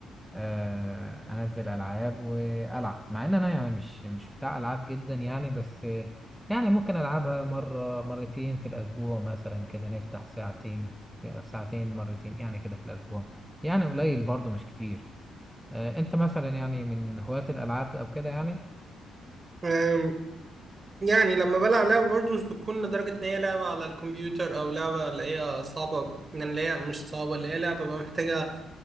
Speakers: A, in the centre; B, on the right.
A: آه انزل العاب والعب مع ان انا يعني مش مش بتاع العاب جدا يعني بس آه، يعني ممكن العبها مرة مرتين في الاسبوع مثلا كده نفتح ساعتين ساعتين مرتين يعني كده في الاسبوع يعني قليل برضو مش كتير آه انت مثلا يعني من هواة الالعاب او كده يعني
B: أم، يعني لما بلعب لعبة برضه مش بتكون لدرجة إن هي لعبة على الكمبيوتر أو لعبة اللي هي صعبة يعني اللي هي مش صعبة اللي هي لعبة بقى محتاجة